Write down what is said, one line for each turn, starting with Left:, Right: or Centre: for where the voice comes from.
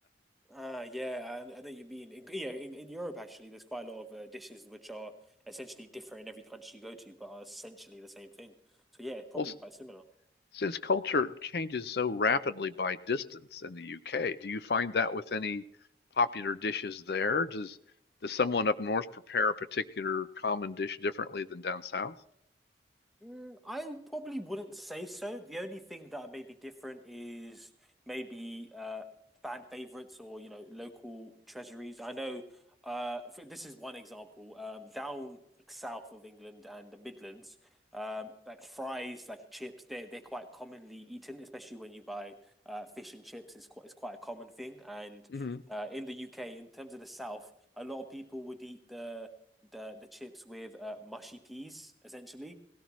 Centre: Ah, yeah, I, I know what you mean. In, yeah, in, in Europe actually, there's quite a lot of uh, dishes which are essentially different in every country you go to, but are essentially the same thing. So yeah, it's probably
Left: Well,
Centre: quite similar.
Left: Since culture changes so rapidly by distance in the UK, do you find that with any popular dishes there? Does does someone up north prepare a particular common dish differently than down south?
Centre: Mm, I probably wouldn't say so. The only thing that may be different is maybe uh, fan favorites or you know local treasuries. I know uh, for, this is one example. Um, down south of England and the Midlands, um, like fries, like chips, they're they're quite commonly eaten, especially when you buy uh, fish and chips. It's quite it's quite a common thing. And
Left: Mhm.
Centre: uh, in the UK, in terms of the south, a lot of people would eat the the the chips with uh, mushy peas essentially